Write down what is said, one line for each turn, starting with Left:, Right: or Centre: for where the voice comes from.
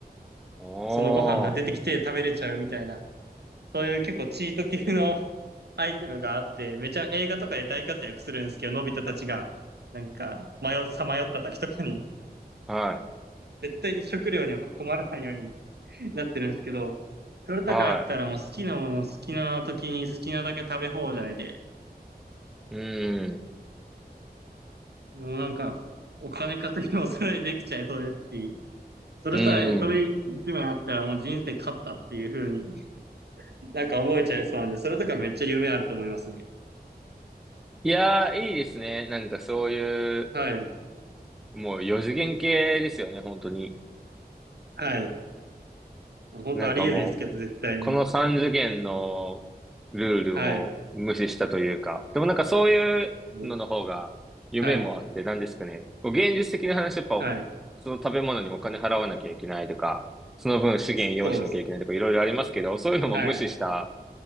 Centre: お
Right: そのご飯が出てきて食べれちゃうみたいな。
Centre: ー。
Right: そういう結構チート級の <laughs> アイテムがあって、めちゃ映画とかで大活躍するんですけど、のび太たちが、なんか、迷う、さまよった時とかに、
Centre: はい。
Right: 絶対に食料には困らないようになってるんですけど、それとかあったらもう好きなもの好きな時に好きなだけ食べ放題で、
Centre: はい。うん。
Right: もうなんか、お金稼ぎもそれでできちゃいそうですし、それさえ、
Centre: うん。
Right: それ一枚あったらもう人生勝ったっていう風になんか思えちゃいそうなんで、それとかめっちゃ夢あると思いますね。
Centre: いやー、いいですね。なんかそういう、
Right: はい。
Centre: もう四次元系ですよね、本当に。
Right: はい。本当ありえないですけど、
Centre: なんかもう、
Right: 絶対に。
Centre: この3次元のルールを無視したというか、
Right: はい。
Centre: でもなんかそういうのの方が夢もあって、
Right: もうはい。
Centre: なんですかね、こう現実的な話、やっぱお
Right: はい。
Centre: その食べ物にお金払わなきゃいけないとか、その分資源用意しなきゃいけないとかいろいろありますけど、
Right: そうです。
Centre: そういうのも無視した、
Right: はい。